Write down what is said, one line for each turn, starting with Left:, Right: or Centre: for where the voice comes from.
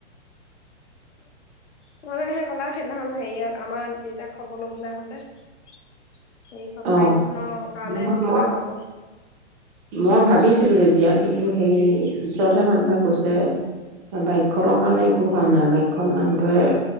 Left: তোমালোকেহে ক'লা সেইদিনাখনখন হেৰিয় আমাৰ দেতাক খবৰ ল'বলৈ আহোঁতে সেইখন
Right: অ'
Left: বাইক খনৰ কাৰণে
Right: নহয়
Left: কিবা
Right: মই
Left: হব
Right: মই ভাবিছিলো তেতিয়া কিন্তু সেই পিছতহে মানুহে কৈছে বাইকখনৰ কাৰণে একো হোৱা নাই বাইকখন মানুহটোৱে